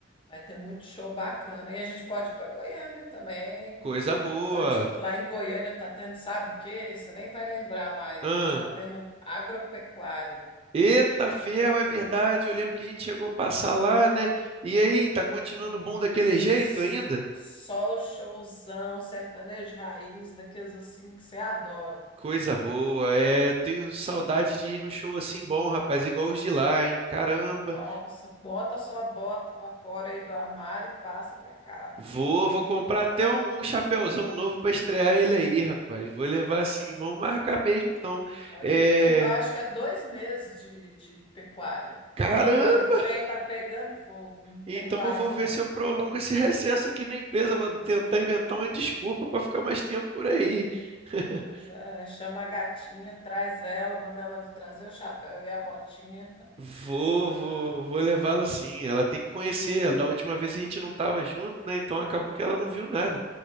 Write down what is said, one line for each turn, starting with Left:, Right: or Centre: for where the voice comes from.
Left: vai ter muito show bacana. E a gente pode ir para Goiânia também.
Right: Coisa boa.
Left: Pode, lá em Goiânia tá tendo, sabe o quê? Você nem vai lembrar mais,
Right: Ah.
Left: mas tá tendo agropecuária.
Right: Eita, ferro, é verdade. Eu lembro que a gente chegou a passar lá, né? E aí, tá continuando
Left: É,
Right: bom daquele
Left: s-
Right: jeito ainda?
Left: só o showzão sertanejo de raiz, daqueles assim que você adora.
Right: Coisa boa, é. Eu tenho saudade de ir no show assim bom, rapaz, igual os de lá, hein? Caramba.
Left: Nossa, bota sua bota para fora aí do armário e passa para cá.
Right: Vou, vou comprar até um, um chapéuzão novo pra estrear ele aí, rapaz. Vou levar assim,
Left: É.
Right: vamos marcar mesmo, então.
Left: Pode
Right: É.
Left: vir. Eu acho que é dois meses de, de pecuária.
Right: Caramba!
Left: Menino, mas o trem tá pegando fogo, não
Right: Então
Left: tem base,
Right: eu vou ver
Left: não.
Right: se eu prolongo esse recesso aqui na empresa. Vou tentar inventar uma desculpa pra ficar mais tempo por aí. <laughs>
Left: Mas é, chama a gatinha, traz ela, manda ela trazer o chapéu e a botinha. <laughs>
Right: Vou, vou, vou levá-la sim. Ela tem que conhecer. Ela- Da última vez a gente não estava junto, né? Então acabou que ela não viu nada.